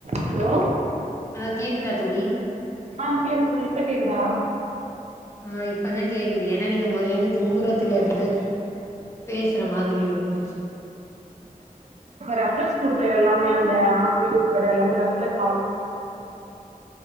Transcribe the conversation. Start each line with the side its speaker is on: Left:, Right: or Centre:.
Right: ஹலோ
Left: ஆஹ் கேக்குதா தோழி
Right: ஆ கேக்குது தோழி இப்ப கேக்குதா
Left: ஆஹ் இப்பதான் கேக்குது ஏன்னா நீங்க முதலந்து தூரத்துல இருந்து பேசுற மாதிரி இருந்துச்சு
Right: ரெஃப்ரஸ் கொடுத்த எல்லாமே அந்த ஆப் உட்பட எல்லாமே ரெஃப்ரஸ்